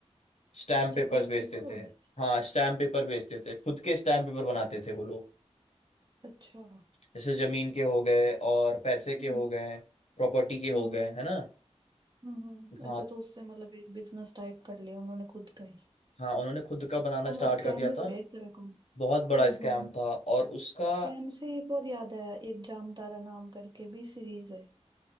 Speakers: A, on the left (about 75°); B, on the right (about 40°).
A: स्टैम्प
B: अच्छा
A: पेपर्स
B: फेक
A: बेचते
B: पेपर
A: थे
B: अच्छा
A: हाँ स्टैम्प पेपर बेचते थे खुद के स्टैम्प पेपर बनाते थे वो लोग
B: अच्छा हम्म
A: जैसे जमीन के हो गए और पैसे के
B: हम्म
A: हो गए प्रॉपर्टी के हो
B: हम्म,
A: गए
B: हम्म।
A: है ना
B: हम्म
A: हाँ
B: अच्छा तो उससे मतलब एक बिजनेस टाइप कर लिया उन्होंने खुद का ही
A: हाँ उन्होंने खुद का बनाना
B: मतलब
A: स्टार्ट
B: स्कैम
A: कर दिया
B: ही
A: था
B: हो गया एक तरह का हम्म
A: बहुत बड़ा स्कैम
B: हम्म
A: था और उसका
B: स्कैम से एक और याद आया एक जामतारा नाम करके भी सीरीज है